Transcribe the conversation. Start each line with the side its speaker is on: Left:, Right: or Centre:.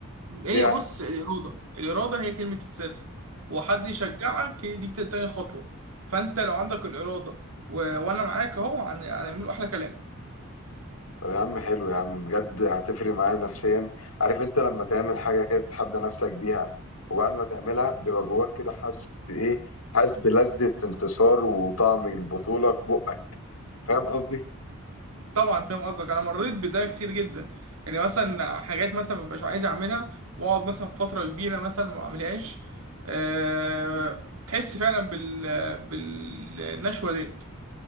Right: هي
Left: دي
Right: بص الإرادة الإرادة هي كلمة السر وحد يشجعك هي دي تاني خطوة فأنت لو عندك الإرادة و... وأنا معاك أهو هن- هنعمله أحلى كلام
Left: طب يا عم حلو يا عم بجد هتفرق معايا نفسيا عارف انت لما تعمل حاجه كده تتحدى نفسك بيها وبعد ما تعملها بيبقى جواك كده حاسس ايه حاسس بلذة انتصار وطعم البطوله في بقك فاهم قصدي
Right: طبعا فاهم قصدك أنا مريت بده كتير جدا يعني مثلا حاجات مثلا مبقاش عايز أعملها وأقعد مثلا فترة كبيرة مثلا ما أعملهاش أه... تحس فعلا بال... بالنشوة ديت